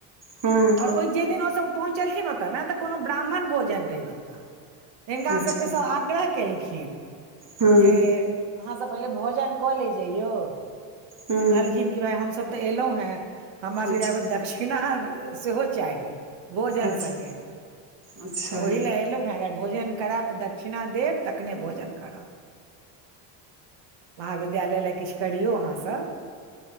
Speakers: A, on the right; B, on the right.
A: हँ
B: ओहि जेहि दिन ओसभ पहुँचलखिन ओतऽ ने तऽ कोनो ब्राह्मण भोजन रहै ओतऽ हिनका
A: अच्छा
B: सभके सभ आग्रह केलखिन
A: हँ
B: जे अहाँ सब पहिले भोजन कऽ ले जइयौ
A: हँ
B: आ कहलखिन कि भाय हमसब तऽ एलहुं हैं हमरा सबके
A: अच्छा
B: जाबे दक्षिणा सेहो चाही भोजन
A: अच्छा
B: संगे
A: अच्छा
B: ओहि लए एलहुं हैं अगर भोजन करायब तऽ दक्षिणा देब तखने भोजन करब महाविद्यालय लए किछु करियौ अहाँ सब